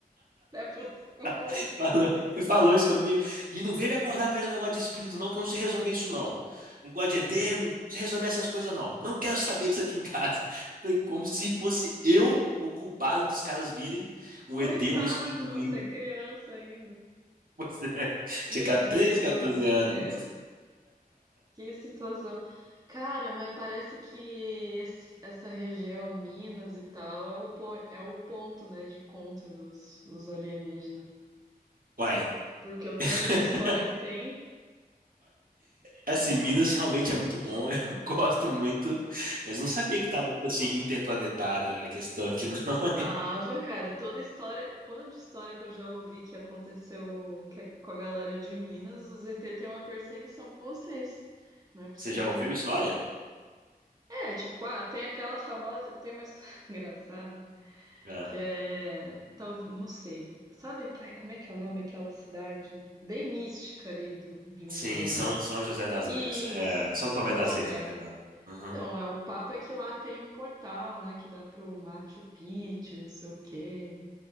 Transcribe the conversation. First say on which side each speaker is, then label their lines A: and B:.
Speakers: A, on the right; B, on the right.
A: Não é possível.
B: <laughs> Fala- falou isso comigo. E não vem me acordar pra esse negócio de espírito, não, que eu não sei resolver isso, não. Negócio de ET, não sei resolver essas coisas, não. Não quero saber disso aqui em casa. <laughs> Foi como se fosse eu o culpado dos caras virem, um
A: Coitado,
B: ET ou espírito
A: você
B: vir.
A: é criança ainda.
B: <laughs> Você é,
A: Meu
B: tinha 13,
A: Deus
B: 14
A: do céu.
B: anos.
A: Que situação. Cara, mas parece que esse- essa região, Minas e tal, é o, po- é o ponto, né, de encontro dos, dos alienígenas.
B: Uai.
A: Porque o tanto
B: <laughs>
A: de história que tem.
B: Assim, Minas realmente é muito bom, <laughs> eu gosto muito, mas não sabia que tava, tipo assim, interplanetário a questão aqui, não. <laughs>
A: Tava, cara, toda história, quando de história que eu já ouvi que aconteceu que é com a galera de Minas, o ZT tem uma perseguição com vocês. Não é possível.
B: Você já ouviu história?
A: É, tipo, ah, tem aquela famosa, tem uma história <laughs> engraçada
B: É.
A: que é, tal, não sei. Sabe, ai, como é que é o nome daquela cidade bem mística ali do, de Minas
B: Sim,
A: Gerais?
B: São, São José das
A: Isso,
B: Letras, é, é, São Tomé
A: São
B: das
A: Tomé.
B: Letras, perdão. Uhum.
A: Então, é, o papo é que lá tem um portal, né, que dá pro Machu Picchu, não sei o quê.